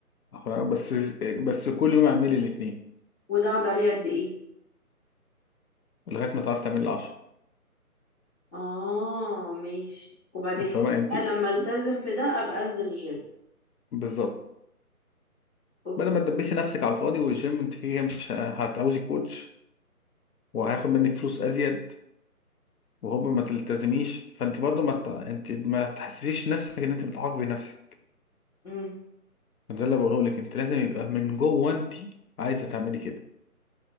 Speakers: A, on the left (about 70°); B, on the left (about 45°).
A: فاهمة؟ بس بس كل يوم اعملي الاتنين
B: وده اقعد عليه قد ايه
A: لغايه ما تعرفي تعملي العشرة
B: اه ماشي وبعد كده
A: فاهمه يعني انت
B: بقى لما التزم في ده ابقى انزل جيم
A: بالظبط
B: أوك-
A: بدل ما تدبسي نفسك على الفاضي والجيم انت هي مش هتعوزي كوتش وهياخد منك فلوس ازيد وهوب ما تلتزميش فانت برضو ما ت... انت ما تحسسيش نفسك ان انت بتعاقبي نفسك
B: أمم،
A: ده اللي بقوله لك انت لازم يبقى من جوه انت عايزه تعملي كده